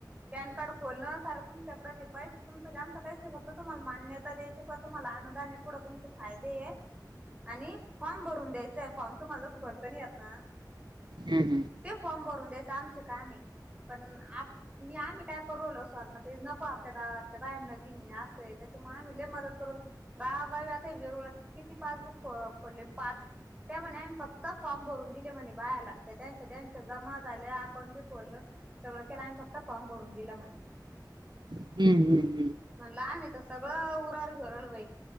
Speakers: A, on the right (about 15°); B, on the right (about 85°).
A: पॅन कार्ड खोलणं सारा तुमच्याकडचे पैसे तुमचं जाणतं काहीच नाही फक्त तुमला मान्यता द्यायायची तुम्हाला अनुदान आहे पुढं तुमचे फायदे आहे आणि फॉर्म भरून द्यायचंय फॉर्म तुम्हाला भरत नाही येत ना
B: हं हं
A: ते फॉर्म भरून द्यायच आमचे काम आहे पण मी आम्ही काय करवलो सवारना ते नको आपल्या गावातल्या बायांना विने असंय त्याच्यामुळे आम्ही ल मदत करव गावगावी आता वेरुळ किती पाच बुक खोलले पाच त्या म्हणे आम्ही फक्त फॉर्म भरून दिले म्हणे बायाला त्यांच्या त्यांच जमा झाले अकाउंट बी खलं सगळं केलं आम्ही फक्त फॉर्म भरून दिला म्हण
B: ह् ह् ह्
A: आम्ही तर सगळं उरार घेऊ राहिलो बाई